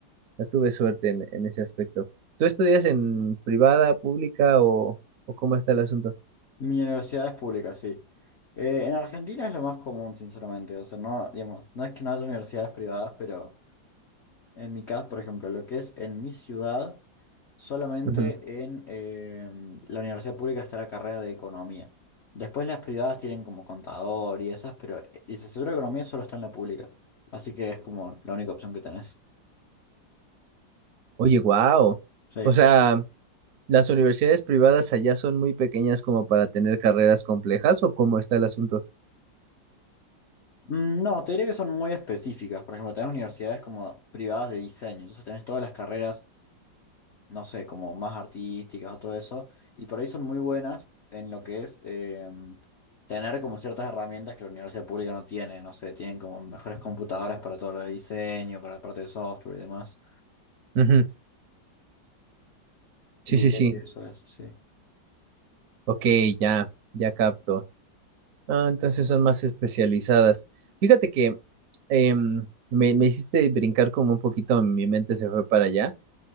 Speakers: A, on the right; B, on the left.
A: no tuve suerte en, en ese aspecto. ¿Tú estudias en privada, pública o, o cómo está el asunto?
B: Mi universidad es pública, sí. Eh, en Argentina es lo más común, sinceramente. O sea, no, digamos, no es que no haya universidades privadas, pero en mi caso, por ejemplo, lo que es en mi ciudad, solamente
A: Ujú.
B: en eh, la universidad pública está la carrera de economía. Después las privadas tienen como contador y esas, pero eh, licenciatura de economía solo está en la pública. Así que es como la única opción que tenés.
A: Oye, wow.
B: Sí.
A: O sea, ¿las universidades privadas allá son muy pequeñas como para tener carreras complejas o cómo está el asunto?
B: Mm, No, te diría que son muy específicas. Por ejemplo, tenés universidades como privadas de diseño, entonces tenés todas las carreras, no sé, como más artísticas o todo eso, y por ahí son muy buenas en lo que es em, tener como ciertas herramientas que la universidad pública no tiene, no sé, tienen como mejores computadoras para todo lo de diseño, para la parte de software y demás.
A: Ujú. Sí,
B: Diría
A: sí, sí.
B: que eso es, sí.
A: Ok, ya, ya capto. Ah, entonces son más especializadas. Fíjate que em, me, me hiciste brincar como un poquito, mi mente se fue para allá.